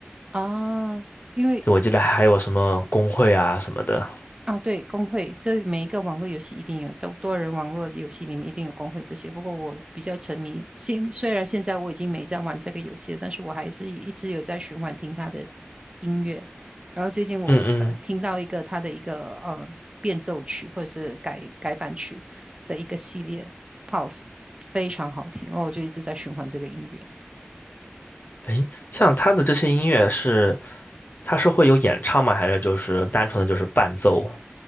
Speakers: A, on the right; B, on the left.
A: 啊，因为
B: 就我记得还有什么公会啊什么的。
A: 啊，对，工会，这每一个网络游戏一定有，多多人网络游戏里面一定有工会这些。不过我比较沉迷，现虽然现在我已经没在玩这个游戏了，但是我还是一直有在循环听他的音乐。然后最近我呃听到一个他的一个呃变奏曲或者是改改版曲的一个系列，Pulse
B: 嗯嗯，
A: 非常好听，哦，我就一直在循环这个音乐。
B: 诶，像他的这些音乐是，他是会有演唱吗？还是就是单纯的就是伴奏？